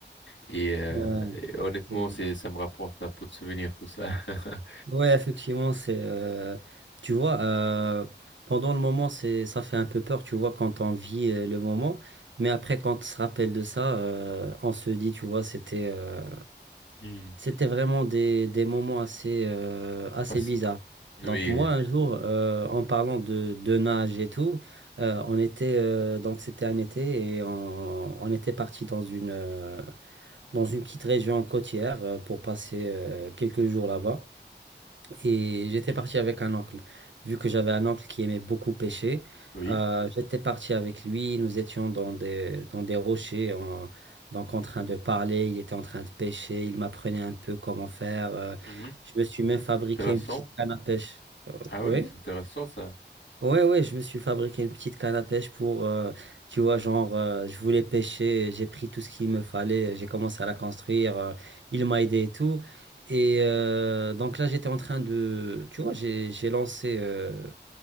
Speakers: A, on the left (about 80°); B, on the right (about 80°).
A: Et, euh,
B: Ouais.
A: et honnêtement,
B: Ouais.
A: c'est, ça me rapporte un pot de souvenirs, tout ça. <laughs>
B: Ouais, effectivement, c'est euh, tu vois euh, pendant le moment c'est ça fait un peu peur, tu vois quand on vit euh, le moment, mais après quand on se rappelle de ça, euh, on se dit tu vois c'était euh,
A: Mhm.
B: c'était vraiment des, des moments assez euh, assez
A: Ah, c'est-
B: bizarres.
A: Oui,
B: Donc moi un jour euh, en parlant de, de nage et tout, euh, on était euh, donc c'était un été et on, on était parti dans une euh, dans une petite région côtière euh, pour passer euh, quelques jours là-bas. Et j'étais
A: Mhm.
B: parti avec un oncle. Vu que j'avais un oncle qui aimait beaucoup pêcher,
A: oui,
B: euh, j'étais parti avec lui. Nous étions dans des, dans des rochers, en- donc en train de parler. Il était en train de pêcher. Il m'apprenait un peu comment faire. euh.
A: Mhm.
B: je me suis même fabriqué
A: intéressant.
B: une petite canne à pêche.
A: Ah
B: Oui.
A: ouais, c'est intéressant ça.
B: Ouais, ouais, je me suis fabriqué une petite canne à pêche pour, euh, tu vois, genre, euh, je voulais pêcher, j'ai pris tout ce qu'il me fallait, j'ai commencé à la construire, euh, il m'a aidé et tout. Et euh, donc là, j'étais en train de, tu vois, j'ai j'ai lancé, euh,